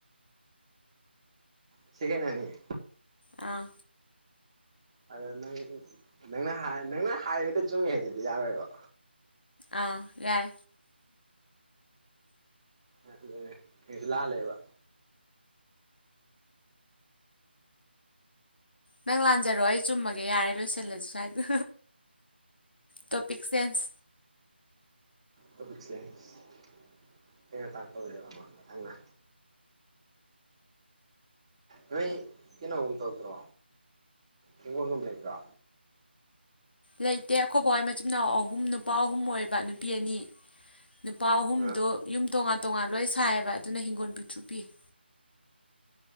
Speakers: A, on the right; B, on the left.
A: ꯁꯦꯀꯦꯟ ꯑꯅꯤ
B: ꯑꯥ
A: ꯑꯗꯣ ꯅꯪ ꯅꯪꯅ ꯅꯪꯅ ꯍꯥꯏꯔꯤꯕꯗ ꯆꯨꯝꯃꯤ ꯍꯥꯏꯗꯨꯗꯤ ꯌꯥꯔꯣꯏꯕ
B: ꯑꯥ ꯌꯥꯏ
A: ꯑꯗꯨ ꯑꯩꯁꯨ ꯂꯥꯜꯂꯦꯕ
B: ꯅꯪ ꯂꯥꯟꯖꯔꯣ ꯑꯩ ꯆꯨꯝꯃꯒꯦ ꯌꯥꯔꯦ ꯂꯣꯏꯁꯤꯜꯂꯁꯤ ꯁ꯭ꯋꯥꯏꯗ ꯇꯣꯄꯤꯛ ꯆꯦꯟꯖ
A: ꯇꯣꯄꯤꯛꯁꯦ ꯑꯩꯅ ꯃꯇꯥꯡ ꯇꯧꯖꯕ ꯑꯃ ꯃꯊꯪꯅ ꯅꯣꯏ ꯀꯩꯅꯣꯒꯨꯝ ꯇꯧꯗ꯭ꯔꯣ ꯍꯤꯡꯒꯣꯜꯒꯨꯝ ꯂꯩꯇ꯭ꯔꯣ
B: ꯂꯩꯇꯦ ꯑꯩꯈꯣꯏ ꯕꯥꯍꯣꯢ ꯃꯆꯤꯟ ꯃꯅꯥꯎ ꯑꯍꯨꯝ ꯅꯨꯄꯥ ꯑꯍꯨꯝ ꯑꯣꯏꯕ ꯅꯨꯄꯤ ꯑꯅꯤ ꯅꯨꯄꯥ ꯑꯍꯨꯝꯗꯣ
A: ꯑ
B: ꯌꯨꯝ ꯇꯣꯉꯥꯟ ꯇꯣꯉꯥꯟ ꯂꯣꯏ ꯁꯥꯏꯌꯦꯕ ꯑꯗꯨꯅ ꯍꯤꯡꯒꯣꯜ ꯄꯤꯛꯇ꯭ꯔꯨ ꯄꯤꯛꯢ